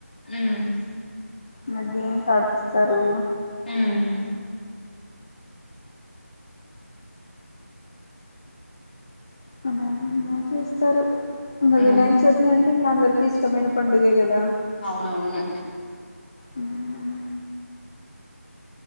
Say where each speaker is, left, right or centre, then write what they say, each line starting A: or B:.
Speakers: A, on the left; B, on the left.
A: హ్మ్మ్
B: మగేం ఆడిపిస్తారు.
A: హ్మ్మ్
B: అమో అమ్మ చేస్తారు ఇంకా
A: హ్మ్
B: వినాయక చవితి అంటే ఇంగ అంద కి ఇష్టమైన పండుగే కదా!
A: అవునవును.
B: హ్మ్మ్